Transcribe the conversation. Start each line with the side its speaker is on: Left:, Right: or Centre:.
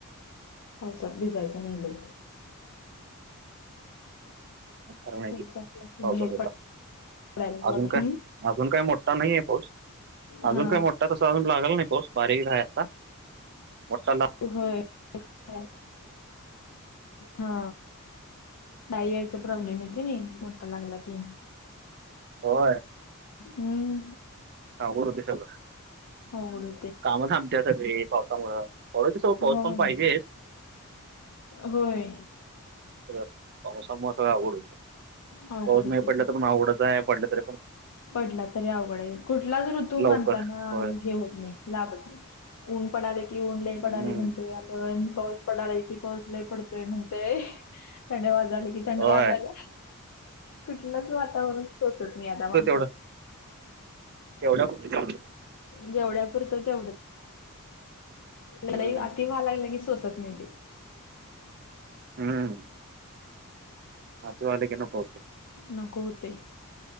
Left: पावसात भिजायचं नाही बाई.
Right: खर नाही
Left: बाहेर
Right: ती पावसात होता.
Left: पडायला
Right: अजून
Left: बघ
Right: काय अजून काय मोठ्ठा नाहीये पाऊस अजून
Left: हा
Right: काय मोठा तस तसा अजून लागल नाही पाऊस बारीक आहे आता, मोठ्ठा लाग
Left: व्हय <unintelligible> हा जाई यायचा प्रॉब्लेम आहे की नाही मोठा लागला की.
Right: होय
Left: हम्म.
Right: आवड त्याच्यावर
Left: आवडू
Right: काम थांबत्यात सगळी पावसामुळं <unintelligible> पाऊस
Left: होय
Right: पण पाहिजेच
Left: होय
Right: सगळ पावसामुळे सगळ अवघड होते.
Left: अवघड
Right: पाऊस
Left: होते
Right: नाही पडला
Left: ते
Right: तर पण अवघडच आहे पडलं तरी पण
Left: पडला तरी अवघड आहे, कुठलाच ऋतू
Right: लवकर
Left: माणसांना
Right: होय
Left: हे होत नाही लाभत नाही. ऊन पडाले कि ऊन लय पडालय
Right: हम्म.
Left: म्हणतोय आपण पण पाऊस पडालाय की पाऊस लय पडतोय म्हणतोय, थंडी वाजाला की थंड
Right: होय
Left: वाज्याला. कुठलंच वातावरण सोचत नाही आता म
Right: पडत एवढ्या <unintelligible>
Left: जेवढ्या पुरत तेवढंच. लय
Right: हम्म.
Left: अति व्हायाला लागलं की सोसत नाही ते.
Right: हम्म. नातू आले की नको होते
Left: नको होते.